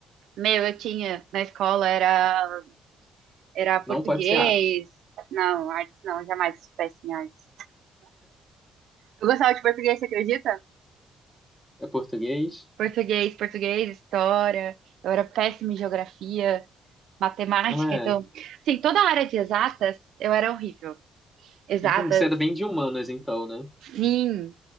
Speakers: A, on the right (about 75°); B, in the centre.
A: Meu, eu tinha na escola era era português.
B: Não pode ser arte.
A: Não, artes não, jamais eu soubesse em artes. Eu gostava de português, você acredita?
B: É português?
A: Português, português, história. Eu era péssima em geografia, matemática,
B: Não é.
A: então, assim, toda a área de exatas, eu era horrível. Exatas,
B: Entendi. Você era bem de humanas, então, né?
A: sim.